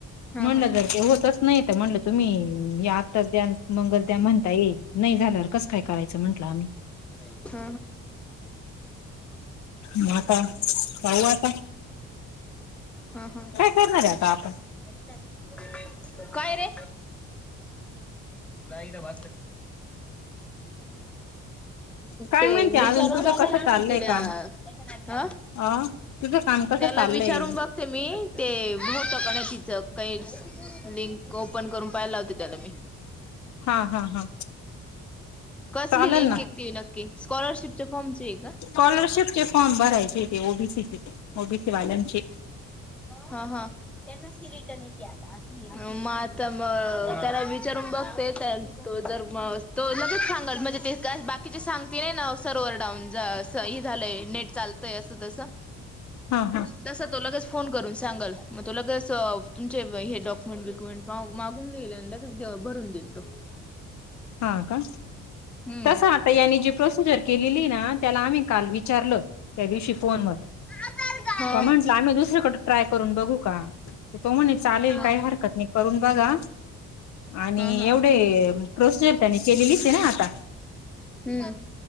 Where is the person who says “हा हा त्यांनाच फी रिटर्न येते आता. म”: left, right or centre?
Centre